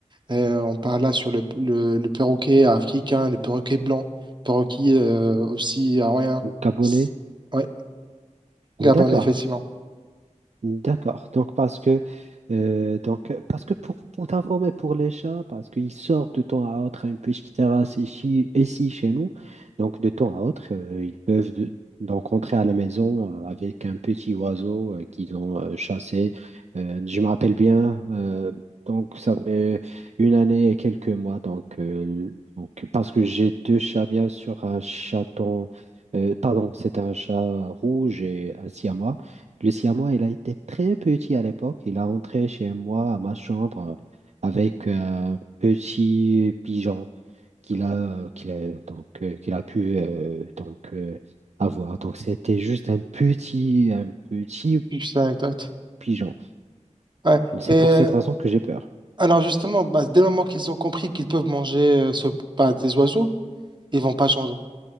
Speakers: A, on the right; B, on the right.
A: Euh, on parle là sur le, le, le perroquet africain, le perroquet blanc, perroquet euh, aussi hawaïen.
B: Gabonais?
A: S- Ouais, Gabon,
B: D'accord.
A: effectivement.
B: D'accord. Donc parce que euh, donc parce que pour, pour t'informer pour les chats, parce qu'ils sortent de temps à autre à une petite terrasse ici, ici chez nous, donc de temps à autre, euh, ils peuvent de- donc rentrer à la maison euh, avec un petit oiseau euh, qu'ils ont euh, chassé. Euh, je me rappelle bien, euh, donc ça fait une année et quelques mois. Donc, euh, le- donc parce que j'ai deux chats, bien sûr, un chaton, euh, pardon, c'est un chat rouge et un siamois. Le moi, il a été très petit à l'époque. Il a entré chez moi, à ma chambre, euh, avec un petit pigeon qu'il a, euh, qu'il a, donc, euh, qu'il a pu euh, donc, euh, avoir. Donc, c'était juste un petit, un petit
A: Juste une anecdote.
B: pigeon.
A: Ouais.
B: C'est
A: Mais
B: pour cette
A: euh,
B: raison que j'ai peur.
A: alors justement, bah, dès le moment qu'ils ont compris qu'ils peuvent manger euh, ce, bah, des oiseaux, ils vont pas changer.